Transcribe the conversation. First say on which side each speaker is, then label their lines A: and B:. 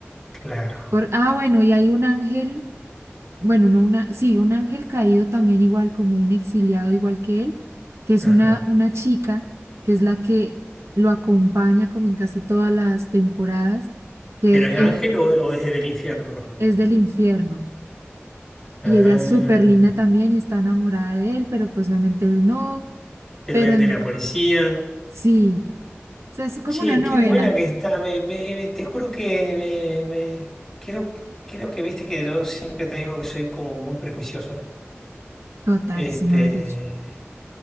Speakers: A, in the centre; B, on the right.
A: claro.
B: Por, ah, bueno, y hay un ángel, bueno, no una, sí, un ángel caído también igual, como un exiliado igual que él, que es
A: Ajá.
B: una, una chica, que es la que lo acompaña como en casi todas las temporadas, que
A: ¿Pero es
B: es,
A: ángel o, o desde el infierno?
B: es del infierno.
A: Ah,
B: Y ella es súper linda también y está enamorada de él, pero pues obviamente él no.
A: pero
B: Pero
A: el
B: en-
A: de la policía.
B: sí, o sea, es como
A: Che,
B: una novela.
A: qué buena que está. me- me- te juro que me, me- creo, creo que viste que yo siempre te digo que soy como muy prejuicioso.
B: Total,
A: Este,
B: si me lo has dicho.